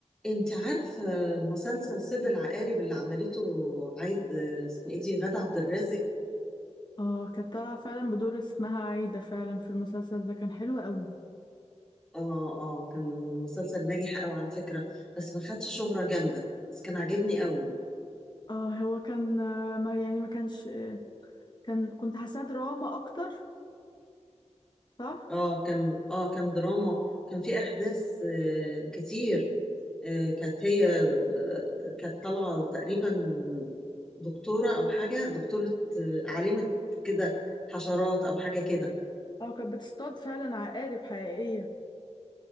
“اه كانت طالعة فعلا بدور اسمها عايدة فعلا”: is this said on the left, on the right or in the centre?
Left